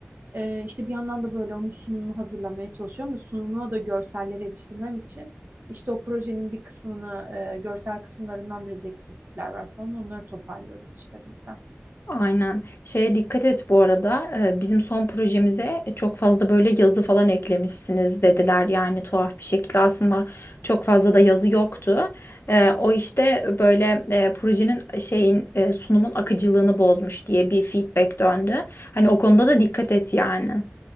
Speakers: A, on the right; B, on the left.
A: Ee, işte bir yandan da böyle onun sunumunu hazırlamaya çalışıyorum. Ve sunumuna da görselleri yetiştirmem için işte o projenin bir kısmını, e, görsel kısımlarından biraz eksiklikler var falan. Onları toparlıyoruz işte bizden.
B: Aynen. Şeye dikkat et bu arada. e, Bizim son projemize e, çok fazla böyle yazı falan eklemişsiniz dediler. Yani tuhaf bir şekilde aslında çok fazla da yazı yoktu. E, O işte böyle e, projenin e, şeyin e, sunumun akıcılığını bozmuş diye bir feedback döndü. Hani o konuda da dikkat et yani.